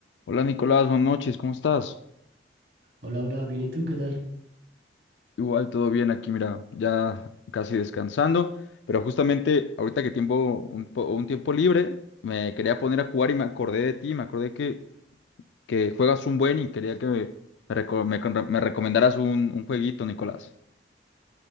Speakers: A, on the left (about 75°); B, on the right (about 70°).
A: Hola Nicolás, buenas noches, ¿cómo estás?
B: Hola, hola, bien, ¿y tú qué tal?
A: Igual todo bien aquí, mira, ya casi descansando, pero justamente ahorita que tiempo, un, po- un tiempo libre, me quería poner a jugar y me acordé de ti, me acordé que, que juegas un buen y quería que me, me reco- me con- me recomendaras un, un jueguito, Nicolás.